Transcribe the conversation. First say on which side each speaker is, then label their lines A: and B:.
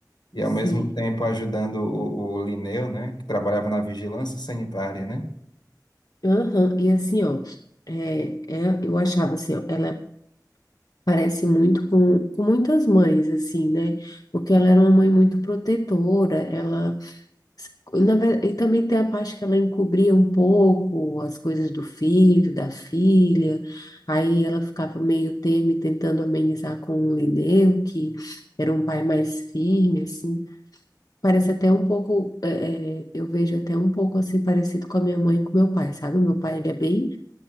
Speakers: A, on the left; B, on the left.
A: e
B: Sim.
A: ao mesmo tempo ajudando o, o Linneu, né, que trabalhava na vigilância sanitária, né?
B: Aham. E assim, ó, é, é- eu achava assim, ó, ela parece muito com, com muitas mães, assim, né? Porque ela era uma mãe muito protetora, ela, na verdade, e também tem a parte que ela encobria um pouco as coisas do filho, da filha, aí ela ficava meio termo e tentando amenizar com o Lineu, que era um pai mais firme, assim. Parece até um pouco, é, é, eu vejo até um pouco assim parecido com a minha mãe e com meu pai, sabe? O meu pai, ele é bem